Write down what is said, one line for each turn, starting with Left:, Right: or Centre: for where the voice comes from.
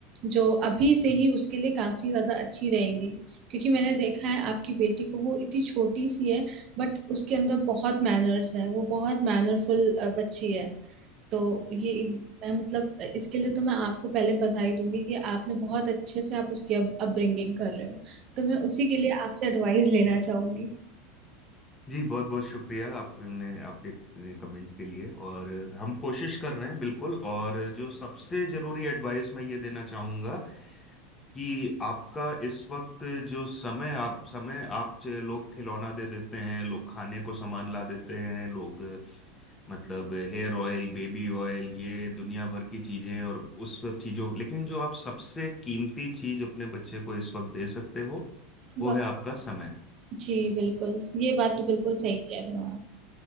Right: जो अभी से ही उसके लिए काफी ज्यादा अच्छी रहेंगी क्योंकि मैंने देखा है आपकी बेटी को वो इतनी छोटी सी है बट उसके अंदर बहुत मैनर्स है वो बहुत मैनरफुल बच्ची है तो ये मैं मतलब इसके लिए तो मैं आपको पहले बधाई दूंगी कि आपने बहुत अच्छे से आप उसकी अपब्रिंगिंग कर रहे हो तो मैं उसी के लिए आपसे एडवाइस लेना चाहूंगी
Left: जी बहुत बहुत शुक्रिया आपने आपके कमेंट के लिए और हम कोशिश कर रहे हैं बिल्कुल और जो सबसे जरूरी एडवाइस मैं ये देना चाहूँगा कि आपका इस वक्त जो समय आप समय आप ज- लोग खिलौना दे देते हैं लोग खाने को सामान ला देते हैं लोग मतलब हेयर ऑयल बेबी ऑयल ये दुनिया भर की चीज़ें और उस सब चीज़ों लेकिन जो आप सबसे कीमती चीज़ अपने बच्चे को इस वक्त दे सकते हो
Right: वाह,
Left: वो है आपका समय
Right: जी बिल्कुल ये बात तो बिल्कुल सही कह रहे हो आप